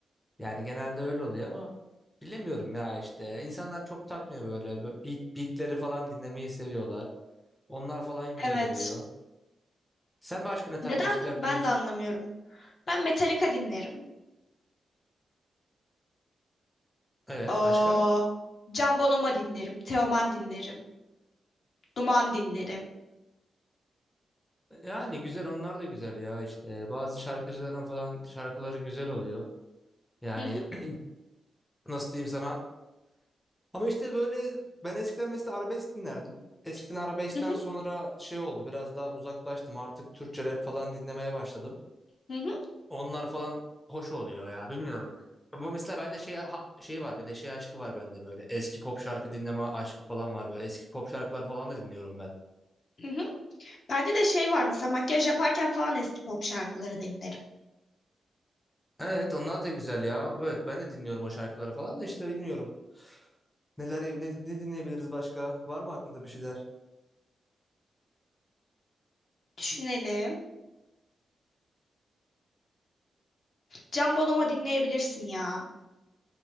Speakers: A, in the centre; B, on the left (about 50°).
A: Yani genelde öyle oluyor ama bilemiyorum ya işte. İnsanlar çok takmıyor böyle. Beat, beatleri falan dinlemeyi seviyorlar. Onlar falan güzel
B: Evet.
A: oluyor. Sen başka ne tarz
B: Neden?
A: müzikler
B: Ben
A: dinliyorsun?
B: de anlamıyorum. Ben Metallica dinlerim.
A: Evet
B: Aa,
A: başka?
B: Can Bonomo dinlerim, Teoman dinlerim, Duman dinlerim.
A: Yani güzel onlar da güzel ya işte. Bazı şarkıcıların falan şarkıları güzel oluyor. Yani
B: Hı hı,
A: <clears throat> nasıl diyeyim sana? Ama işte böyle ben eskiden mesela arabesk dinlerdim. Eskiden arabeskten
B: hı hı,
A: sonra şey oldu biraz daha uzaklaştım artık Türkçe rap falan dinlemeye başladım.
B: hı hı,
A: Onlar falan hoş oluyor ya bilmiyorum. Ama mesela bende şey ha- şey var bir de şey aşkı var bende böyle. Eski pop şarkı dinleme aşkı falan var böyle. Eski pop şarkılar falan da dinliyorum ben.
B: hı hı. Bende de şey var mesela makyaj yaparken falan eski pop şarkıları dinlerim.
A: Evet onlar da güzel ya. Evet ben de dinliyorum o şarkıları falan da işte bilmiyorum. Neler ne, ne dinleyebiliriz başka? Var mı aklında bir şeyler?
B: Düşünelim. Can Bonomo dinleyebilirsin ya.